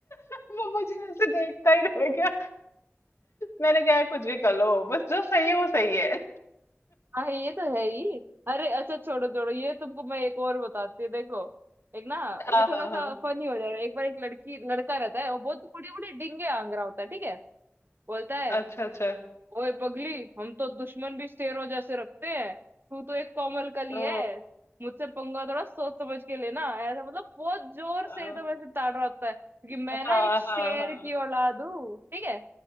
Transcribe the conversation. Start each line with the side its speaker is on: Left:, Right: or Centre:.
Left: वो मुझे ऐसे देखता ही रह गया मैंने कहा कुछ भी कर लो बस जो सही है वो सही है
Right: हाँ ये तो है ही अरे अच्छा छोड़ो छोड़ो ये तुमको मैं एक और बताती हूँ देखो एक ना
Left: हाँ
Right: ये थोड़ा
Left: हाँ
Right: सा
Left: हाँ
Right: फनी हो जाएगा एक बार एक लड़की लड़का रहता है वो बहुत बड़े बड़े डिंगे आंग रहा होता है ठीक है बोलता है
Left: अच्छा अच्छा
Right: ओए पगली हम तो दुश्मन भी शेरों जैसे रखते हैं तू तो एक कोमल कली
Left: ओ
Right: है मुझसे पंगा थोड़ा सोच समझ के लेना ऐसा मतलब बहुत जोर
Left: हाँ
Right: से एकदम ऐसे ताड़ रहा होता है क्योंकि मैं ना
Left: हाँ
Right: एक शेर
Left: हाँ हाँ,
Right: की औलाद हूँ ठीक है